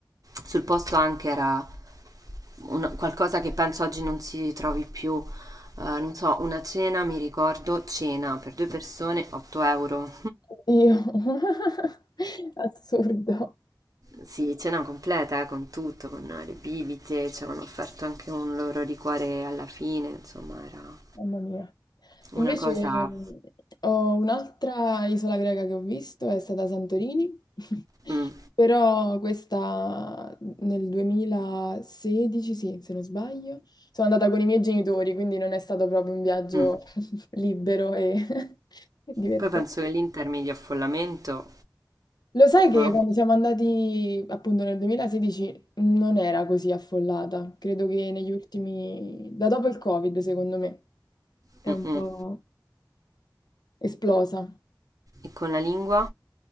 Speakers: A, on the right (about 50°); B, on the left (about 60°).
A: sul posto anche era una- qualcosa che penso oggi non si trovi più. Eh, non so, una cena, mi ricordo, cena per due persone, 8 euro.
B: Oddio, <laughs> assurdo,
A: Sì, cena completa, eh, con tutto, con le bibite, ci avevano offerto anche un loro liquore alla fine, insomma, era
B: mamma mia. Invece
A: una cosa...
B: mm, ho un'altra isola greca che ho visto, è stata Santorini, <laughs>
A: mm,
B: però questa nel 2016, sì, se non sbaglio, sono andata con i miei genitori, quindi non è stato proprio un viaggio
A: mm.
B: <laughs> libero e <laughs> divertente.
A: Poi penso che l'Inter mi dia affollamento,
B: Lo sai che
A: no?
B: quando siamo andati appunto nel 2016 non era così affollata, credo che negli ultimi, da dopo il Covid secondo me, è
A: Mm,
B: un
A: mm.
B: po' esplosa.
A: E con la lingua?